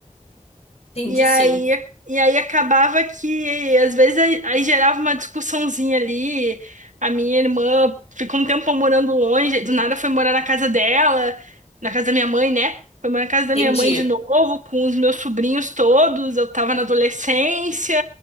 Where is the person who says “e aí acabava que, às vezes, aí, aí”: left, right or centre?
Right